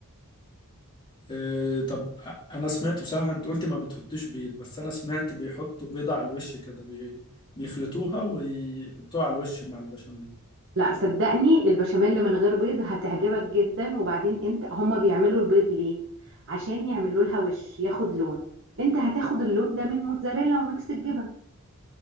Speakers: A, on the left; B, on the right.
A: إيه طب انا سمعت بصراحة انت قلت ما بتحطيش بيض بس انا سمعت بيحطوا بيضة على الوش كده بي... بيخلطوها ويحطوها على الوش مع البشاميل
B: لا صدقني البشاميل من غير بيض هتعجبك جدا وبعدين انت هما بيعملوا البيض ليه عشان يعملوا لها وش ياخد لون انت هتاخد اللون ده من موتزاريلا وميكس الجبن